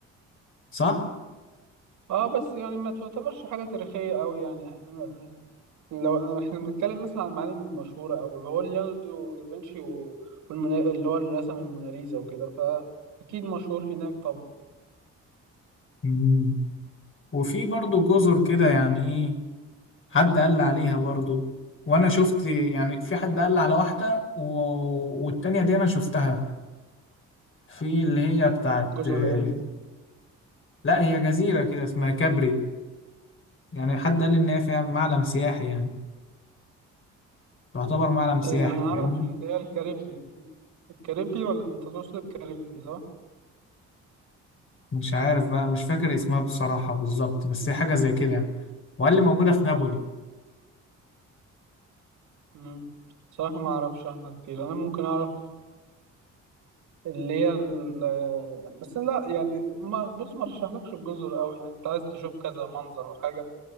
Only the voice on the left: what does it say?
صح؟
مم. وفي برضو جزر كده يعني إيه حد قال لي عليها برضو وأنا شفت يعني في حد قال لي على واحدة و... والتانية دي أنا شفتها في اللي هي بتاعت
آه،
لا هي جزيرة كده اسمها كابري يعني حد قال لي إن هي فيها معلم سياحي يعني تعتبر معلم سياحي
فاهمني؟
مش عارف بقى مش فاكر اسمها بصراحة بالظبط بس هي حاجة زي كده يعني وقال لي موجودة في نابولي